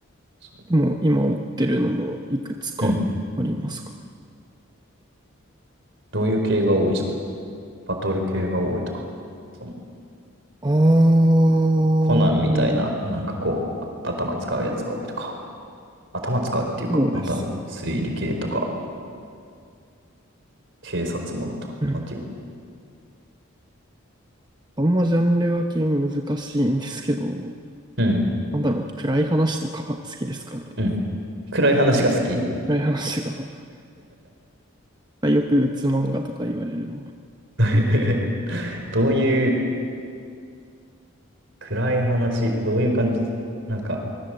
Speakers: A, on the right; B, on the right.
A: そう
B: でも今追ってるのもいくつかありますかね。
A: うん。どういう系が多いですかバトル系が多いとか。その、
B: ああ、
A: コナンみたいな、なんかこう、あ頭使うやつが多いとか、頭使うっていうか、
B: そうですね。
A: なんだろう、推理系とか、警察ものとか、
B: うん
A: まあ、君
B: あんまジャンル分け難しいんですけど、
A: うん、
B: なんだろう、暗い話とかは好きですかね。
A: うん。暗い話が好き
B: 暗い話が、よくうつ漫画とか言われるのも好
A: <laughs>
B: き
A: どういう暗い話、どういう感じ、なんか